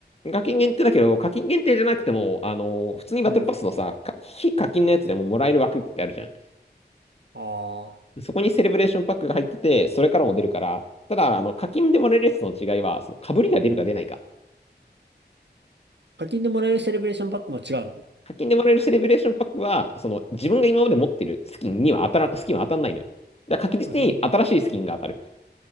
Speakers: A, on the left; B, on the right.
A: 課金限定だけど、課金限定じゃなくても、あの、普通にバトルパスのさ、
B: うん。
A: か非課金のやつでももらえる枠ってあるじゃん。
B: ああ。
A: そこにセレブレーションパックが入ってて、それからも出るから、ただ、あの、課金でもらえるやつとの違いは、その、被りが出るか出ないか。
B: うん。課金でもらえるセレブレーションパックも違うの
A: 課金でもらえるセレブレーションパックは、その、自分が今まで持ってるスキンには当たらん、スキンは当たんないのよ。だから確実に新しいスキンが当たる。
B: あへえ